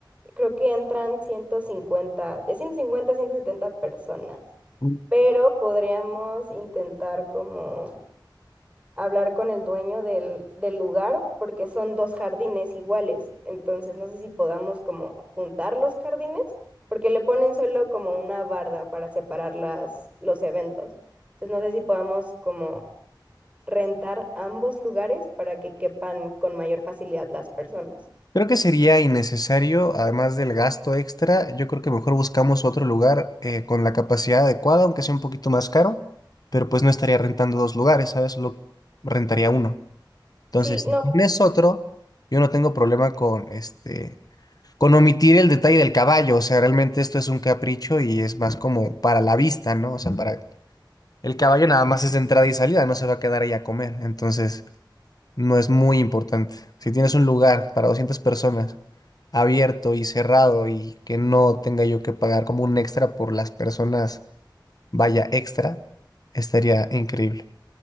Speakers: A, on the right (about 15°); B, on the left (about 50°).
A: creo que entran ciento cincuenta de 150 a 170 personas,
B: Mm.
A: pero podríamos intentar como hablar con el dueño del, del lugar porque son dos jardines iguales. Entonces, no sé si podamos como juntar los jardines. Porque le ponen solo como una barda para separar las, los eventos. Entonces no sé si podamos como rentar ambos lugares para que quepan con mayor facilidad las personas.
B: Creo que sería innecesario, además del gasto extra, yo creo que mejor buscamos otro lugar eh, con la capacidad adecuada, aunque sea un poquito más caro, pero pues no estaría rentando dos lugares, ¿sabes? Solo rentaría uno. Entonces,
A: Sí,
B: si
A: no,
B: tienes otro, yo no tengo problema con este, con omitir el detalle del caballo, o sea, realmente esto es un capricho y es más como para la vista, ¿no? O sea, para el caballo nada más es de entrada y salida, no se va a quedar ahí a comer, entonces no es muy importante. Si tienes un lugar para 200 personas abierto y cerrado y que no tenga yo que pagar como un extra por las personas, vaya extra, estaría increíble.